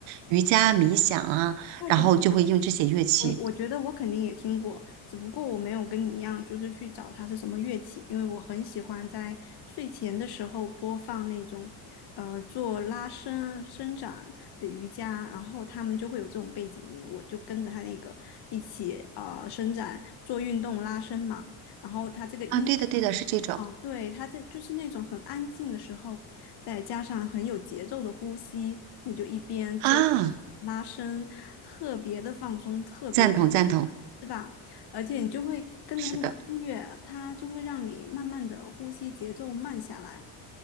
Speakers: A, on the right; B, on the left.
A: 瑜伽、冥想啊，
B: 怪不得
A: 然后就会用这些乐器
B: 我，我觉得我肯定也听过，只不过我没有跟你一样，就是去找它是什么乐器，因为我很喜欢在睡前的时候播放那种，呃，做拉伸伸展的瑜伽，然后他们就会有这种背景音，我就跟着他那个一起呃伸展做运动拉伸嘛，然后他这个音乐。
A: 啊。对的，对的，是这种
B: 啊，对，他在就是那种很安静的时候，再加上很有节奏的呼吸，你就一边做
A: 啊，
B: 拉伸，特别的放松，特别的，
A: 赞同，赞同，
B: 是吧？而且你就会跟着他那个音乐，
A: 是的。
B: 它就会让你慢慢的呼吸节奏慢下来，